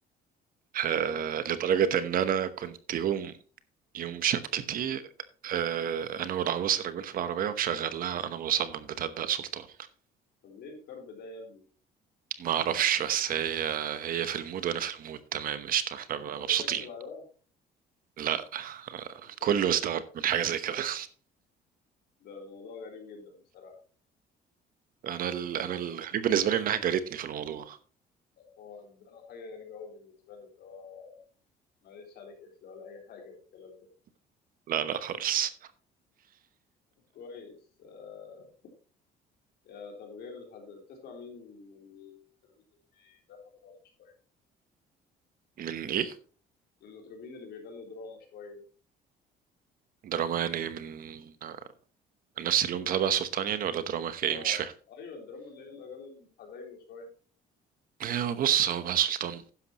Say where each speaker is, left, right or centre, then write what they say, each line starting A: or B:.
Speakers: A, on the right (about 55°); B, on the left (about 70°).
A: أه
B: طب ايه
A: لدرجه
B: الفكره
A: ان انا كنت يوم يوم شبكتي آه، انا والعروسه راكبين في العربيه ومشغل لها انا مصمم بتبدأ سلطان
B: طب ليه الكرب ده يا ابني
A: ما اعرفش بس هي هي في المود وانا في المود تمام قشطه احنا
B: وما
A: بقى
B: سمعتكش
A: مبسوطين
B: بعدها
A: لا آه،
B: ده
A: كله استغرب من حاجه زي كده <laughs>
B: ده موضوع غريب جدا بصراحه
A: انا ال...
B: لا
A: انا الغريب بالنسبه لي انها جارتني في الموضوع
B: هو ده حاجه غريبه قوي بالنسبه لي اللي هو ما قالتش عليك قفل ولا اي حاجه بالكلام ده
A: لا لا خالص
B: كويس آه، يا طب غير الهزل بتسمع مين من المطربين اللي بيغنوا دراما شوية
A: من ايه
B: من المطربين اللي بيغنوا دراما شوية
A: دراما يعني من آه، نفس اليوم بتاع بقى سلطان يعني ولا دراما
B: اه
A: ايه مش فاهم
B: ايوه الدراما اللي هي الاغاني الحزينة شوية
A: هي بص هو بقى سلطان